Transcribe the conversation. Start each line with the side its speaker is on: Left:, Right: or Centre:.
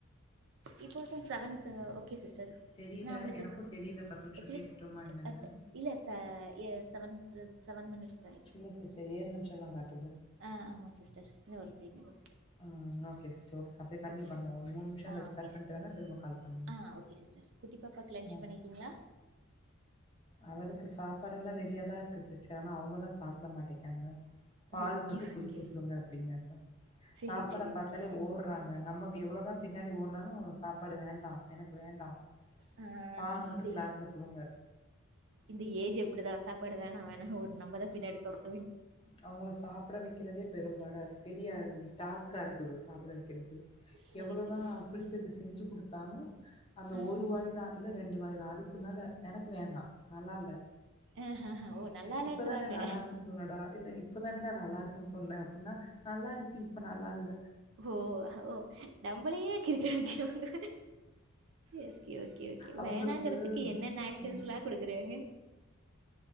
Right: இப்போதா செவன்த் ஓகே சிஸ்டர்
Left: தெரில
Right: நா உங்களுக்கு
Left: எனக்கு தெரில பத்து நிமிஷோ
Right: ஹெச்டி
Left: பேசிட்டோமா என்னன்னு
Right: அட இல்ல ச ஏ செவன்து செவன் மினிட்ஸ்
Left: இல்ல சி்ஸடர் ஏழு நிமிஷோ தா காட்
Right: ஆஹ் ஆமா சிஸ்டர் இன்ன ஒரு த்ரீ மினிட்
Left: உம் ஓகே சிஸ்டர் ஓகே சார் அப்படியே கண்டியூ
Right: ஓகே
Left: பண்ணுவோம் ஒரு மூணு நிமிஷம்
Right: ஆ
Left: கழிச்சு
Right: ஓகே
Left: கட் பண்ணிட்டு
Right: சிஸ்
Left: வேணா திரும்ப கால் பண்னுவோம்
Right: ஆ ஓகே சிஸ்டர் குட்டி பாப்பாக்கு லன்ச்
Left: ஓகே
Right: பண்ணிட்டீங்களா
Left: அவளுக்கு சாப்பாடு எல்லாம் ரெடியாதான் இருக்கு சிஸ்டர் ஆனா அவங்கதான் சாப்பிட மாட்டேங் ஆங்க பால்
Right: ஓகே
Left: மட்டு குடிக்க
Right: ஓகே
Left: குடுங்க அப்பிடிங்குறாங்க
Right: சரி
Left: சாப்பாட
Right: சரி
Left: பாத்தாலே
Right: ஓகே
Left: ஓடுறாங்க நம்ம எவ்வளவுதான் பின்னாடி ஓடுனாலும் சாப்ப சாப்பாடு வேண்டாம் எனக்கு வேண்டாம்
Right: ஆ
Left: பால் மட்டு
Right: இந்த
Left: கிளாஸ்ல குடுங்க
Right: இந்த ஏஜ் அப்படிதான் சாப்பாடு வேணாம் வேணானு ஓடும் நம்மதான் பின்னாடி தொரத்
Left: அவங்கள சாப்பிட வை வைக்கிறதே பெரும்பாடாக இருக்குது பெரிய டாஸ்க்காக இருக்குது சாப்பிட வைக்கிறது
Right: சரி
Left: எவ்வளவுதான்
Right: சரிங்க சிஸ்
Left: பிடிச்சது செஞ்சு குடுத்தாலு அந்த
Right: ஆஹ
Left: ஒரு வாய் தான் இல்ல ரெண்டு வாய் தான் அதுக்கு க்கு மேல எனக்கு வேணாம் நல்லா இல்லை
Right: ஆஹஹ ஓ நல்லாலன்றாங்க
Left: இப்பதானே நல்லா இருக்குன்னு சொன்னடா இல்ல இப்ப தானேடா நல்லா இருக்குன்னு சொன்ன ன்ன நல்லா இருந்துச்சு இப்ப நல்லா இல்ல
Right: ஓ ஓ நம்மளையே கிறுக்கன் ஆகிடுவாங்க ஓகே ஓகே ஓகே
Left: அவங்களுக்கு
Right: வேணாங்கிறதுக்கு என்னென்ன ஆக்ஷன்ஸ்லாம்
Left: ம்
Right: குடுக்குறாங்க